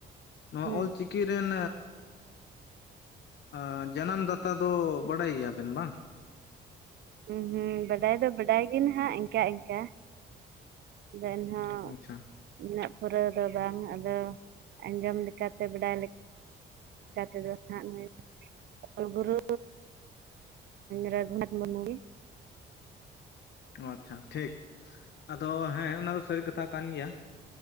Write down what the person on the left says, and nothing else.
ᱱᱚᱣᱟ
ᱚᱞᱪᱤᱠᱤ ᱨᱮᱱ ᱟᱻ ᱡᱟᱱᱟᱢ ᱫᱟᱛᱟ ᱫᱚ ᱵᱟᱰᱟᱭ ᱜᱮᱭᱟᱵᱮᱱ ᱵᱟᱝ?
ᱟᱪᱪᱷᱟ
ᱟᱪᱪᱷᱟ ᱴᱷᱤᱠ, ᱟᱫᱚ ᱦᱮᱸ ᱚᱱᱟ ᱫᱚ ᱥᱟᱹᱨᱤ ᱠᱟᱛᱷᱟ ᱠᱟᱱ ᱜᱮᱭᱟ᱾